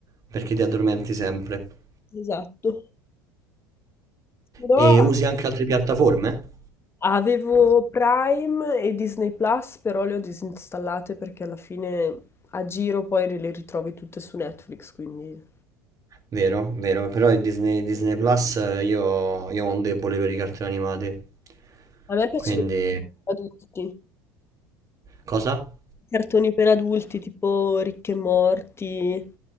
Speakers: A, on the right; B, on the left.
A: perché ti addormenti sempre.
B: Esatto. Però
A: E usi anche altre piattaforme?
B: avevo Prime e Disney Plus, però le ho disinstallate perché alla fine a giro poi le ritrovi tutte su Netflix, quindi...
A: Vero, vero, però il Disney, Disney Plus eh, io, io ho un debole per i cartoni animati.
B: A me piacciono
A: Quindi...
B: i adulti, i
A: Cosa?
B: cartoni per adulti tipo Ricche e Morti,